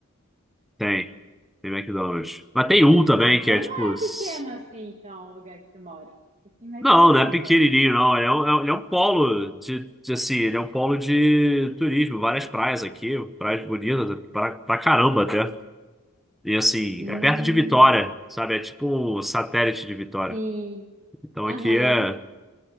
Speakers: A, in the centre; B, on the right.
A: Tem, tem McDonald's. Mas
B: Ai.
A: tem um também
B: Ah, então
A: que é tipo.
B: não é
A: s-
B: pequeno assim, então, o lugar que você mora. Porque tem McDonald's,
A: Não, não é pequenininho,
B: ué.
A: não. Ele é um, é um ele é um polo de, de, assim, ele é um polo de turismo. Várias praias aqui, praias bonitas pra, pra caramba até. E assim,
B: Hum,
A: é perto de Vitória, sabe? É tipo um satélite de Vitória.
B: sim.
A: Então
B: Aham.
A: aqui é,